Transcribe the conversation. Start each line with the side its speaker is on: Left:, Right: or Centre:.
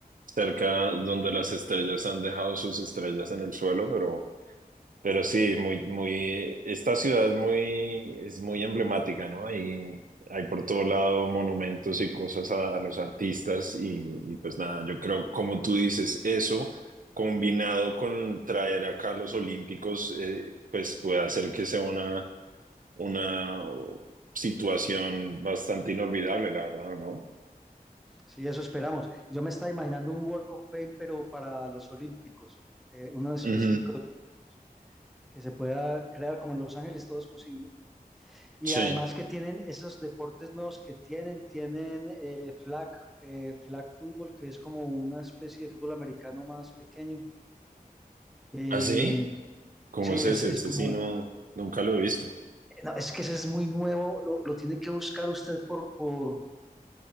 Right: cerca donde las estrellas han dejado sus estrellas en el suelo, pero, pero sí, muy, muy, esta ciudad es muy, es muy emblemática, ¿no? Hay, hay por todo lado monumentos y cosas a, a los artistas y, y pues nada, yo creo, como tú dices, eso combinado con traer acá los Olímpicos, eh, pues puede hacer que sea una, una situación bastante inolvidable, la verdad, ¿no?
Centre: Sí, eso esperamos. Yo me estaba imaginando un Walk of Fame, pero para los Olímpicos, eh, uno específico
Right: Ujú,
Centre: de Olímpicos, que se pueda crear como en Los Ángeles, todo es posible. Y
Right: Sí.
Centre: además que tienen esos deportes nuevos que tienen, tienen eh, flag, eh, flag fútbol, que es como una especie de fútbol americano más pequeño. Eh,
Right: ¿Así? ¿Cómo
Centre: sí,
Right: es
Centre: es,
Right: ese?
Centre: es
Right: Ese
Centre: como-
Right: sí no, nunca lo he visto.
Centre: eh, no, es que ese es muy nuevo, lo, lo tiene que buscar usted por, por,